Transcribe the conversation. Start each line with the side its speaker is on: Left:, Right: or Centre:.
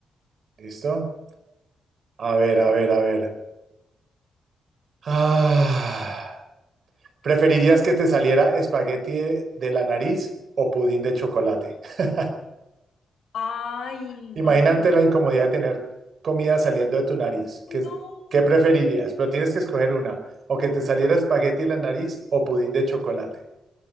Right: ¿Listo? A ver, a ver, a ver. Ah, ¿preferirías que te saliera espagueti de, de la nariz o pudín de chocolate? <laughs>
Left: Ay,
Right: Imagínate
Left: guacala.
Right: la incomodidad de tener comida saliendo de tu nariz. ¿Qué,
Left: No,
Right: qué preferirías? Pero tienes que escoger una. O que te saliera espagueti de la nariz o pudín de chocolate.